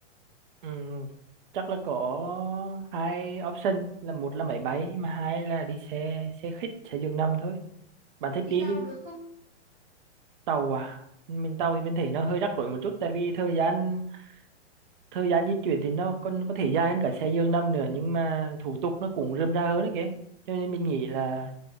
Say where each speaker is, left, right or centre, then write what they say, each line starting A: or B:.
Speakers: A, on the right; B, on the right.
A: Ừ, chắc là có hai option là một là máy bay mà hai là đi xe xe khách xe giường nằm thôi bạn thích
B: đi
A: đi
B: tàu được không
A: tàu à mình tàu thì mình thấy nó hơi rắc rối một chút tại vì thời gian thời gian di chuyển thì nó còn có thể dài hơn cả xe giường nằm nữa nhưng mà thủ tục nó cũng rườm rà hơn đấy kìa cho nên mình nghĩ là